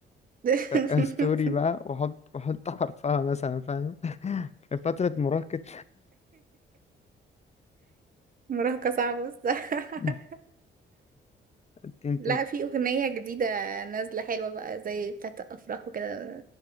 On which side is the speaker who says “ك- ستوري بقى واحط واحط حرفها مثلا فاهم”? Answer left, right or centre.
Left